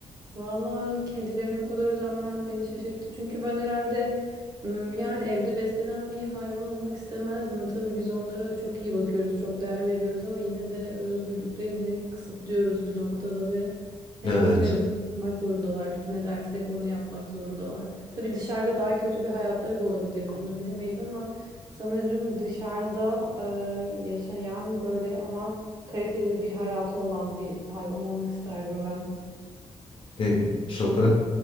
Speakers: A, on the right; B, on the left.
A: Valla kedilerine bu kadar özenmen beni şaşırttı çünkü ben herhalde ım, yani evde beslenen bir hayvan olmak istemezdim. Tabii biz onlara çok iyi bakıyoruz çok değer veriyoruz ama yine de özgürlüklerini kısıtlıyoruz bir noktada ve Hani
B: Evet.
A: bizim evimizde Yapmak zorundalar. Biz ne dersek onu yapmak zorundalar. Tabii dışarıda daha kötü bir hayatları da olabilir. Bunu bilemeyiz ama sanırım dışarıda e, yaşayan böyle ama kaliteli bir hayatı olan bir hayvan olmak isterdim ben.
B: E, sokak